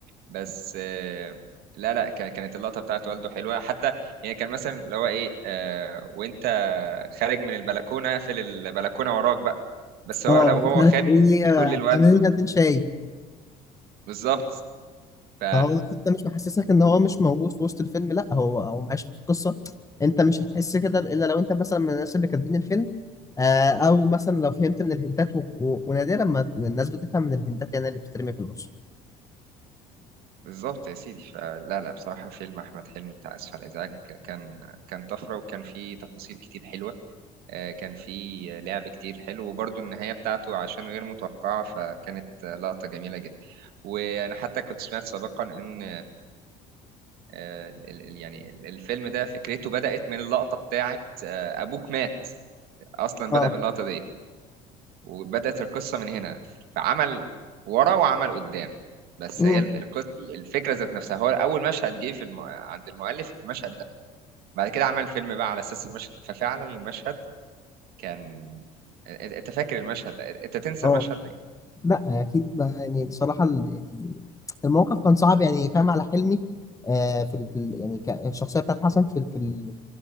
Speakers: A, on the right; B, on the left.
A: بس آه، لا لا ك- كانت اللقطة بتاعت والده حلوة حتى يعني كان مثلا اللي هو ايه آه، وانت خارج من البلكونة اقفل البلكونة وراك بقى بس هو
B: اه
A: لو هو
B: مش عارف
A: خارج
B: ايه
A: بيقول
B: آه،
A: لوالده
B: انا هنا اتنين شاي
A: بالظبط ف
B: فهو انت مش محسسك ان هو مش موجود في وسط الفيلم لا هو هو معيش في القصه انت مش هتحس كده الا لو انت مثلا من الناس اللي كاتبين الفيلم آه، او مثلا لو فهمت من الهنتات و... و... ونادرا ما الناس بتفهم من الهنتات يعني اللي بتترمي في النص
A: بالظبط يا سيدي فلا لا بصراحة فيلم أحمد حلمي بتاع آسف على الإزعاج كان كان طفرة وكان فيه تفاصيل كتير حلوة آه، كان في لعب كتير حلو وبرضه النهاية بتاعته عشان غير متوقعة فكانت آه، لقطة جميلة جدا وأنا حتى كنت سمعت سابقا إن آه، ال- ال- يعني ال- الفيلم ده فكرته بدأت من اللقطة بتاعت آه، أبوك مات أصلا
B: اه
A: بدأ من اللقطة دي وبدأت القصة من هنا فعمل ورا وعمل قدام بس
B: مم.
A: هي ال- القصة الفكرة ذات نفسها هو أول مشهد جه في الم... عند المؤلف المشهد ده بعد كده عمل فيلم بقى على أساس المشهد ده. ففعلا المشهد كان انت فاكر المشهد ده انت تنسى
B: اه
A: المشهد ده يعني.
B: لا اكيد بقى يعني الصراحه ال- الموقف كان صعب يعني فاهم على حلمي آه في ال... في ال- يعني ك- الشخصيه بتاعت حسن في ال... في ال...